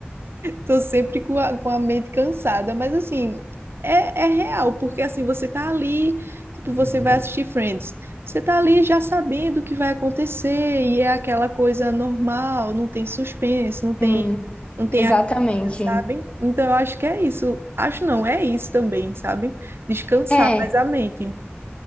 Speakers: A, on the right; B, on the left.
A: Tô sempre com a, com a mente cansada, mas assim, é, é real, porque assim, você tá ali, tipo, você vai assistir Friends, você tá ali já sabendo o que vai acontecer, e é aquela coisa normal, não tem suspense, não tem,
B: Hum,
A: não tem
B: exatamente.
A: agonia, sabe? Então eu acho que é isso. Acho não, é isso também, sabe? Descansar
B: É,
A: mais a mente.